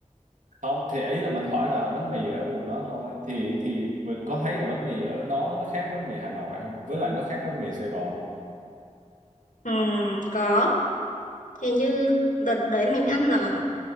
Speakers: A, on the right; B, on the left.
A: không thì ý là mình hỏi là bánh mì ở vùng đó thôi thì thì mình có thấy là bánh mì ở đó nó khác bánh mì Hà Nội không với lại nó khác bánh mì Sài Gòn không
B: Ừm, có thì như đợt đấy mình ăn là